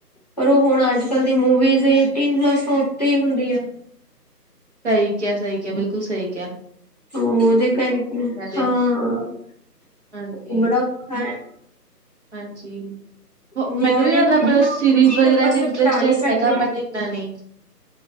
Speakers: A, on the left (about 25°); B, on the right (about 45°).
A: ਪਰ ਉਹ ਹੁਣ ਅੱਜ ਕਲ ਦੀ ਮੂਵੀਜ਼ ਤਿੰਨ ਪਲਸ ਤੋਂ ਉੱਤੇ ਹੀ ਹੁੰਦੀ ਆ।
B: ਸਹੀ ਕਿਆ ਸਹੀ ਕਿਆ ਬਿਲਕੁਲ ਸਹੀ ਕਿਆ।
A: ਉਹਦੇ ਕਰਕੇ
B: ਦੇ,
A: ਹਾਂ
B: ਹਾਂਜੀ,
A: ਉਮੜਾ ਔਖਾ ਹੈ।
B: ਹਾਂਜੀ
A: ਨਿਆਣਿਆਂ
B: ਮੈਨੂੰ ਵੀ ਮਤਲਬ
A: ਨੂੰ ਕਿੱਦਾਂ
B: ਸੀਰੀਜ਼
A: ਹੁਣ ਚੀਜ਼
B: ਵਗੈਰਾ
A: ਆਪਾਂ
B: ਚ
A: ਸਮਝਾ
B: ਇੰਟਰਸਟਡ
A: ਨਹੀਂ ਸਕਦੇ।
B: ਹੈਗਾ ਬਟ ਨਾ ਨਹੀਂ।